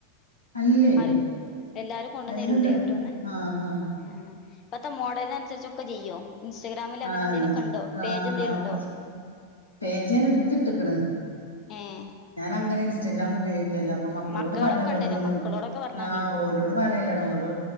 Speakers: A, on the left; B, on the left.
A: അല്ലേ
B: അ എല്ലാരും കൊണ്ടെന്ന്
A: എല്ലാം
B: തരൂലേ
A: തയ്ക്കും
B: ഓരോന്ന്
A: ആഹ് ആഹ്
B: ആ ഇപ്പത്തെ മോഡലിനനുസരിച്ചൊക്കെ ചെയ്യും ഇൻസ്റ്റാഗ്രാമിൽ അങ്ങനെ
A: ആഹ്
B: എന്തേലുമൊക്കെ
A: എല്ലാം ചെയ്യും
B: ഉണ്ടോ പേജ്
A: ആഹ്
B: എന്തേലും
A: ആഹ്
B: ഉണ്ടോ
A: ഒക്കെ പേജ് ഞാൻ എടുത്തിട്ടക്കണ്
B: ഏഹ്
A: ഞാൻ അങ്ങനെ ഇൻസ്റ്റഗ്രാം ഉപയോ ക്കില്ല അപ്പൊ മക്കളോട്
B: മക്കളൊക്കെ
A: പറയും ഓരോന്ന്
B: ഉണ്ടല്ലോ മക്കളോടൊക്കെ പറഞ്ഞാൽ
A: ആ്
B: മതിയല്ലോ
A: ഓലോട് പറയലാണ് ഓരോ